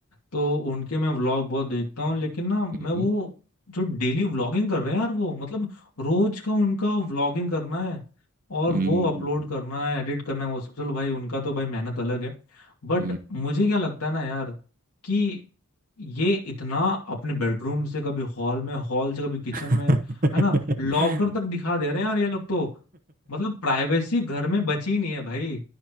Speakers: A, on the left; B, on the right.
A: तो उनके मैं व्लॉग बहुत देखता हूँ लेकिन ना मैं
B: मम्म।
A: वो जो डेली व्लॉगिंग कर रहे हैं यार वो मतलब रोज का उनका व्लॉगिंग करना है और
B: हम्म,
A: वो अपलोड करना है एडिट करना है वो सब चलो भाई उनका तो भाई मेहनत अलग है बट
B: हम्म।
A: मुझे क्या लगता है ना यार कि ये इतना अपने बेडरूम से कभी हॉल में हॉल से कभी किचन
B: <laughs>
A: में है ना लॉकर तक दिखा दे रहे हैं यार ये लोग तो मतलब प्राइवेसी घर में बची ही नहीं है भाई